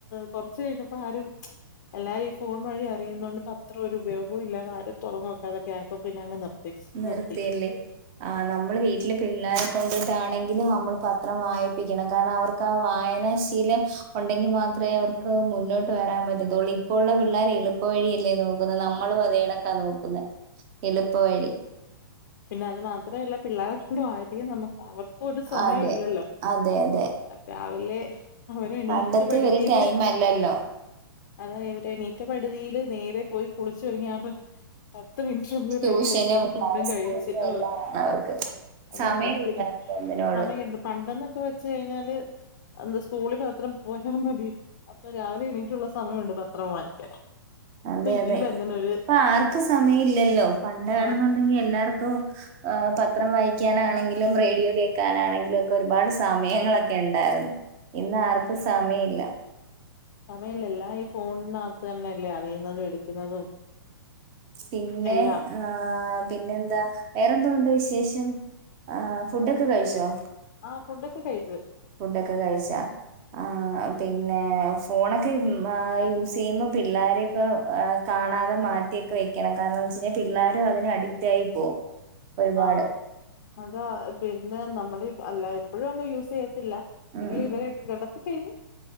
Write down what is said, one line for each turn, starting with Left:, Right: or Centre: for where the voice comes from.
Left: കുറച്ചു കഴിഞ്ഞപ്പോ ആരും എല്ലാരും ഈ ഫോൺ വഴി അറിയുന്നത് കൊണ്ട് പ അത്ര ഒരു ഉപയോഗം ഇല്ലാതെ ആരും തുറന്ന് നോക്കാതെക്കേ ആയപ്പോ പിന്നെ അങ് നിർത്തി
Right: നിർത്തിയല്ലേ
Left: നിർത്തി
Right: ആഹ് നമ്മള് വീട്ടില് പിള്ളാരെ കൊണ്ടിട്ടാണെങ്കിലും നമ്മൾ പത്രം വായിപ്പിക്കണം കാരണം അവർക്ക് ക്ക് ആ വായനാശീലം ഉണ്ടെങ്കിൽ മാത്രമേ അവർക്ക് മുന്നോട്ട് വരാൻ പറ്റത്തുള്ളൂ ഇപ്പോഴുള്ള പിള്ളേർ എളുപ്പ വഴിയല്ലേ നോക്കുന്നത് നമ്മളുംപറയണ ക്ക നോക്കുന്നെ എളുപ്പ വഴി
Left: പിന്നെ അത് മാത്രമല്ല പിള്ളോരെക്കൊണ്ട് വായിപ്പിക്കാൻ നമക്ക് അവർക്കും ഒരു സമയം
Right: അതെ
Left: ഇല്ലല്ലോ
Right: അതെ അതെ
Left: രാവിലെ അവർ എണീറ്റ
Right: പണ്ടത്തെ
Left: പടുതിയില്
Right: ഒരു ടൈം അല്ലല്ലോ
Left: അതെ ഇവർ എണീറ്റ പടുതിയിൽ നേരെ പോയി കുളിച്ചൊരുങ്ങി പത്ത് മിനുട്ടിനുള്ളിൽ
Right: ട്യൂഷനും
Left: റെഡിആയിട്ട് വേണം
Right: ക്ലാസ്സും
Left: ഫുഡും കഴി ഹ്
Right: എല്ലാം ആണ് അവർക്ക്
Left: അത്
Right: സമയം
Left: അവർക്കൊരു
Right: കിട്ടാ ഒന്നിനോടും
Left: സമയം ണ്ട് പണ്ടെന്നൊക്കെ വെച്ച് കഴിഞ്ഞാല് സ്കൂളിൽ മാത്രം പോയാൽ മതി അപ്പൊ രാവിലെ എണീട്ടുള്ള സമയമുണ്ട് പത്രം വായിക്കാൻ
Right: അതെ
Left: ഇപ്പൊ ഇല്ല
Right: അതെ
Left: അങ്ങനെ ഒരു
Right: ഇപ്പൊ ആർക്കും സമയം ഇല്ലല്ലോ പണ്ടാണെന്നുണ്ടെങ്കിൽ
Left: ആർ
Right: എല്ലാർക്കും പത്രം വായിക്കാനാണെങ്കിലും റേഡിയോ കേൾക്കാനാണെങ്കിലും ഒക്കെ ഒരുപാട് സമയങ്ങളൊക്കെ ഉണ്ടായിരുന്നു ഇന്ന് ആർക്കും സമയം ഇല്ല
Left: സമയമില്ല എല്ലാം ഈ ഫോണിനകത്ത് തന്നെയല്ലേ അറിയുന്നതും എടുക്കുന്നതും
Right: പിന്നെ
Left: എല്ലാം
Right: ആ പിന്നെന്താ വേറെന്തുണ്ട് വിശേഷം ആഹ് ഫുടൊക്കെ കഴിച്ചോ
Left: ആഹ് ഫുടൊക്കെ കഴിച്ചു
Right: ഫുഡൊക്കെ കഴിച്ചാ ആഹ് പിന്നെ ഫോണൊക്കെ മ്മ് യൂസ് ചെയ്യുമ്പോ പിള്ളാരെയൊക്കെ കാണാതെ മാറ്റിയൊക്കെ വെക്കണം കാരണം എന്തന്ന് വെച്ച് കഴിഞ്ഞാൽ പിള്ളാരും അതിനു അഡിക്റ്റ് ആയി പോവും ഒരുപാട്
Left: ആഹ് അത് പിന്നെ നമ്മള് അല്ല പിന്നെ എപ്പോഴും ഒന്നും യൂസ് ചെയത്തില്ല
Right: ഉം
Left: എങ്കിലും ഇവരെ ഒക്കെ കിടത്തി കഴിഞ്ഞു